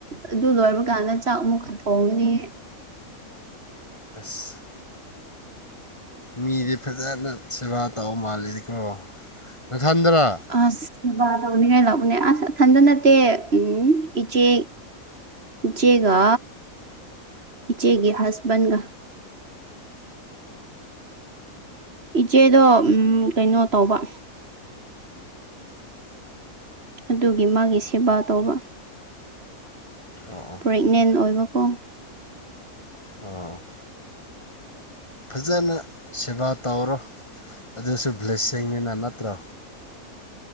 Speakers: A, on the right; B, on the left.
A: ꯑꯗꯨ ꯂꯣꯏꯕ ꯀꯥꯟꯗ ꯆꯥꯛ ꯑꯃꯨꯛ ꯈꯟ ꯊꯣꯡꯒꯅꯤ
B: ꯑꯁ ꯃꯤꯗꯤ ꯐꯖꯅ ꯁꯦꯕꯥ ꯇꯧ ꯃꯥꯜꯂꯤꯀꯣ ꯅꯊꯟꯗꯔꯥ
A: ꯑꯁ ꯁꯦꯕꯥ ꯇꯧꯅꯤꯡꯉꯥꯏ ꯂꯧꯕꯅꯦ ꯑꯁ ꯑꯊꯟꯇꯥ ꯅꯠꯇꯦ ꯎꯝ ꯏꯆꯦ ꯏꯆꯦꯒ ꯏꯆꯦꯒꯤ ꯍꯁꯕꯟꯒ ꯏꯆꯦꯗꯣ ꯎꯝ ꯀꯩꯅꯣ ꯇꯧꯕ ꯑꯗꯨꯒꯤ ꯃꯥꯒꯤ ꯁꯦꯕꯥ ꯇꯧꯕ
B: ꯑꯣ ꯑꯣ
A: ꯄ꯭ꯔꯦꯛꯅꯦꯟ ꯑꯣꯏꯕꯀꯣ
B: ꯑꯣ ꯐꯖꯅ ꯁꯦꯕꯥ ꯇꯧꯔꯣ ꯑꯗꯨꯁꯨ ꯕ꯭ꯂꯦꯁꯤꯡꯅꯤꯅ ꯅꯠꯇ꯭ꯔꯣ